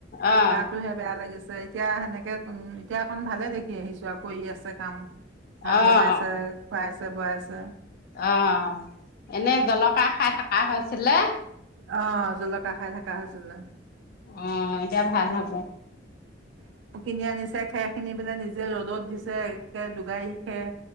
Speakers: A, on the left; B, on the right.
A: অ'
B: গাতোহে বেয়া লাগিছে এতিয়া সেনেকে উম এতিয়া অকণ ভালে দেখি আহিছো আৰু কৰি আছে কাম। ভাত
A: অ'
B: বনাাইছে খুৱোইছ আছে
A: অঁ এনে জলকা খাই থকা হৈছে। ছিলে
B: অঁ জলকীয়াৰ খাই থকা হৈছিল ন
A: অ' এতিয়া
B: উম
A: ভাল হ'ব।
B: কিনি আনিছে খেৰ খিনি বোলে নিজে ৰ'দত দিছে একে ডগাৰি খেৰ